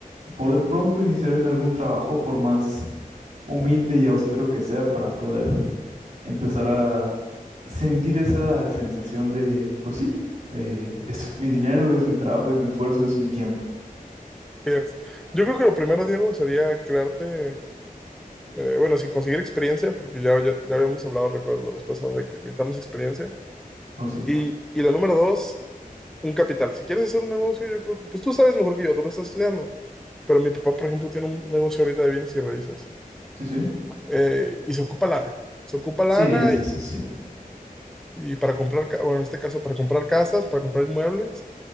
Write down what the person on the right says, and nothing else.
poder pronto iniciar en algún trabajo, por más humilde y austero que sea, para poder empezar a sentir esa sensación de, pues sí, eh, es mi dinero, es mi trabajo, es mi esfuerzo, es mi tiempo.
O sea,
sí, sí.
Sí, sí, sí, sí.